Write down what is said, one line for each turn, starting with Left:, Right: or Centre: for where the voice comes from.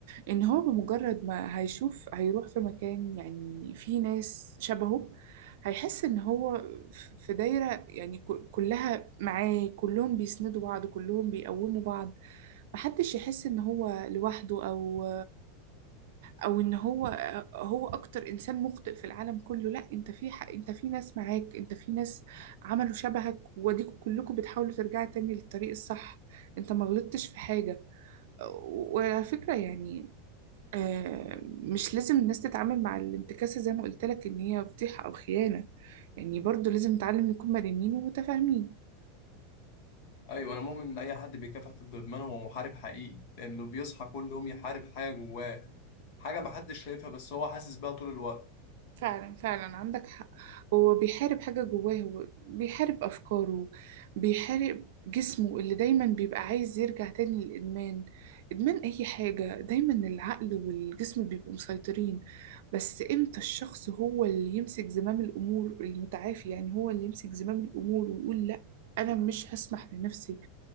Right: ان هو بمجرد ما هيشوف هيروح في مكان يعني فيه ناس شبهه هيحس ان هو ف- في دايرة يعني ك- كلها معاه كلهم بيسندوا بعض كلهم بيقوموا بعض محدش يحس ان هو لوحده او او ان هو هو اكتر انسان مخطئ في العالم كله لا انت في حق انت في ناس معاك انت في ناس عملوا شبهك واديكوا كلكم بتحاولوا ترجعوا تاني للطريق الصح انت ما غلطتش في حاجة وعلى فكرة يعني آه، مش لازم الناس تتعامل مع الانتكاسة زي ما قلت لك ان هي فضيحة او خيانة يعني برضو لازم نتعلم نكون مرنين ومتفاهمين
Left: ايوه انا مؤمن ان اي حد بيكافح ضد ادمان هو محارب حقيقي لانه بيصحى كل يوم يحارب حاجه جواه حاجه محدش شايفها بس هو حاسس بيها طول الوقت
Right: فعلا فعلا عندك حق هو بيحارب حاجة جواه هو بيحارب أفكاره بيحارب جسمه اللي دايما بيبقى عايز يرجع تاني للإدمان إدمان أي حاجة دايما العقل والجسم بيبقوا مسيطرين بس إمتى الشخص هو اللي يمسك زمام الأمور المتعافي يعني هو اللي يمسك زمام الأمور ويقول لأ أنا مش هسمح لنفسي